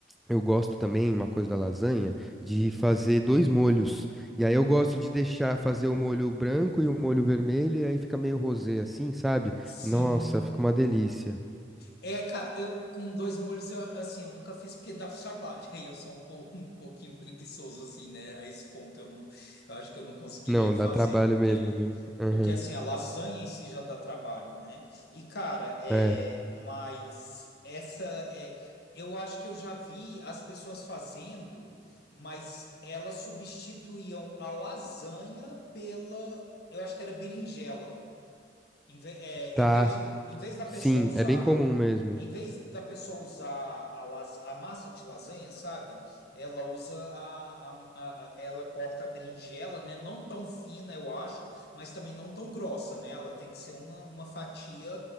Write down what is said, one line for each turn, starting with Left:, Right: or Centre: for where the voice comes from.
Centre: Eu gosto também, uma coisa da lasanha, de fazer dois molhos. E aí eu gosto de deixar fazer o molho branco e o molho vermelho, e aí fica meio rosé assim, sabe?
Left: Sim.
Centre: Nossa, fica uma delícia.
Left: É, cara, eu, com dois molhos, eu, assim, eu nunca fiz porque dá trabalho. <laughs> E eu sou um pouco, um pouquinho preguiçoso, assim, né? A esse ponto eu não, eu acho que eu não conseguiria
Centre: Não,
Left: fazer,
Centre: dá trabalho
Left: porque,
Centre: mesmo, viu? Aham.
Left: porque assim, a lasanha em si já dá trabalho, né? E, cara, é,
Centre: É.
Left: mas essa é, eu acho que eu já vi as pessoas fazendo, mas elas substituíam a lasanha pela, eu acho que era berinjela. Em, ve- é,
Centre: Tá.
Left: em vez, em vez da
Centre: Sim,
Left: pessoa usar
Centre: é bem comum mesmo.
Left: em vez da pessoa usar a, las- a massa de lasanha, sabe? Ela usa a, a- a- ela corta a berinjela, né? Não tão fina, eu acho, mas também não tão grossa, né? Ela tem que ser uma, uma fatia